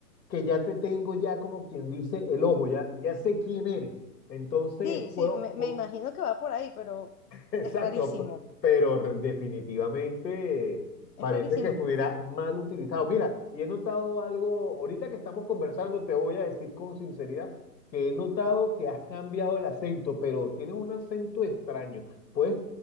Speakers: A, on the left (about 85°); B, on the left (about 65°).
A: que ya te tengo ya como quien dice el ojo, ya, ya sé quién eres. Entonces
B: Sí, sí,
A: puedo,
B: me,
A: pu-
B: me imagino que va por ahí, pero
A: Exacto,
B: es rarísimo,
A: pero re- definitivamente eh,
B: es
A: parece
B: rarísimo.
A: que estuviera mal utilizado. Mira, y he notado algo, ahorita que estamos conversando, te voy a decir con sinceridad que he notado que has cambiado el acento, pero tienes un acento extraño. Pues